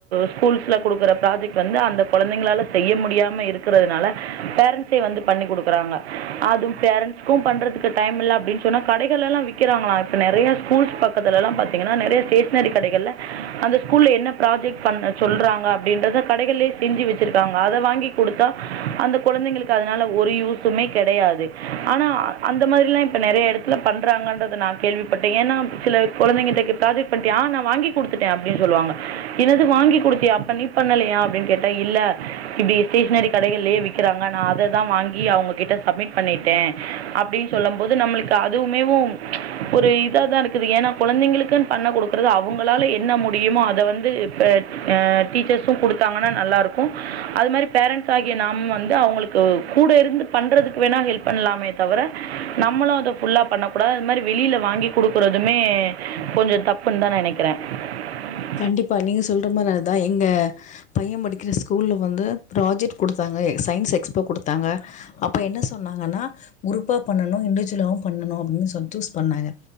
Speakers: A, on the right (about 70°); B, on the left (about 25°).
A: ஸ்கூல்ஸ்ல குடுக்குற ப்ராஜெக்ட் வந்து அந்த கொழந்தைங்களால செய்ய முடியாம இருக்கறது னால பேரண்ட்சே வந்து பண்ணி குடுக்கறாங்க அது பேரன்ஸ்கு பண்றதுக்கு டைம் இல்ல அப்டின்னு சொன்னா கடைகள எல்லா விக்கிறாங்களா இப்ப நெறைய ஸ்கூல்ஸ் பக்கத்துலல்லா பாத்தீங்கன்னா நெறைய ஸ்டேஷனரி கடைகல அந்த ஸ்கூலில என்ன ப்ராஜெக்ட் பண்ண சொல்கிறாங்க அப்டின்றத கடைகளேயே செஞ்சு வச்சுருக்காங்க அத வாங்கி குடுத்தா அந்த கொழந்தைங்களுக்கு அதனால ஒரு யூசுமே கெடையாது ஆனா அந்த மாரில்லா இப்ப நெறைய எட ல பண்றாங்கன்றத நா கேள்விப்பட்டே ஏன்னா சில கொழந்தைகிட்ட ப்ராஜெக்ட் பண்ணிட்யா ஆ நா வாங்கி குடுத்துட்டே அப்டின்னு சொல்லுவாங்க எனது வாங்கி குடுத்யா அப்ப நீ பண்ணலையா அப்டின்னு கேட்டா இல்ல டி ஸ்டேஷனரி கடைகலயே விக்கிறாங்க நா அத தா வாங்கி அவங்க கிட்ட சப்மிட் பண்ணிட்டே அப்டின்னு சொல்ல நம் போது நம்மளுக்கு அதுவுமேவு ஒரு இதா தா இருக்குது ஏன்னா கொழந்தைங்களுக்குன்னு பண்ண குடுக்குறது அவங்களால என்ன முடியுமோ அத வந்து இப்ப ஆ டீச்சர்ஸும் குடுத்தாங்கன்னா நல்லா இருக்கு அது மாரி பேரண்ட்ஸ் ஆகிய நாம வந்து அவங்களுக்கு கூட இருந்து பண்றதுக்கு வேணா ஹெல்ப் பண்ணலாமே தவிர நம்மளு அத ஃபுல்லா பண்ண கூடாது அது மாரி வெளியில வாங்கி குடுக்குறதுமே கொஞ்சோ தப்புன்னு தா நெனைக்கிறே ஆ <unintelligible>
B: கண்டிப்பா நீங்க சொல்ற மாரி அதுதா எங்க பைய படிக்கிற ஸ்கூல்ல வந்து ப்ராஜெக்ட் குடுத்தாங்க சயின்ஸ் எக்ஸ்போ குடுத்தாங்க அப்ப என்ன சொன்னாங்கன்னா குரூப்பா பண்ணனு இண்டிவிஜுவலவு பண்ணனு இன்னிசோ சூஸ் பண்ணாங்க